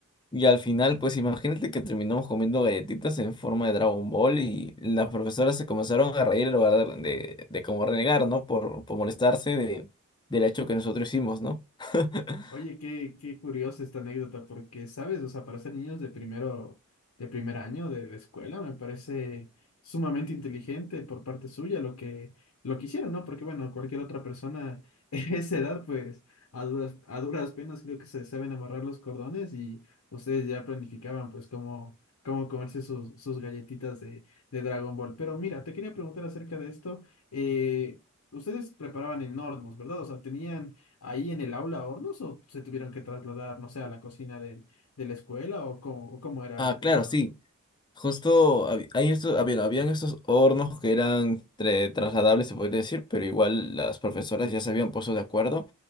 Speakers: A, on the left; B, on the left.
A: Y al final, pues imagínate que terminamos comiendo galletitas en forma de Dragon Ball y las profesoras se comenzaron a reír en lugar de, de, de como renegar, ¿no? Por, por molestarse de, del hecho que nosotros hicimos, ¿no? <laughs>
B: Oye, qué, qué curiosa esta anécdota, porque, ¿sabes? O sea, para ser niños de primero, de primer año de, de escuela, me parece sumamente inteligente por parte suya lo que, lo que hicieron, ¿no? Porque, bueno, cualquier otra persona <laughs> en esa edad, pues, a duras, a duras penas creo que se saben amarrar los cordones y ustedes ya planificaban, pues, cómo, cómo comerse sus, sus galletitas de, de Dragon Ball. Pero mira, te quería preguntar acerca de esto. eh, ustedes preparaban en hornos, ¿verdad? O sea, tenían ahí en el aula a hornos o se tuvieron que trasladar, no sé, a la cocina del- de, la escuela o cómo, o cómo era
A: Ah, claro,
B: esa parte?
A: sí. Justo hab- hay estos, ah, bien, habían estos hornos que eran tre- trasladables, se podría decir, pero igual las profesoras ya se habían puesto de acuerdo.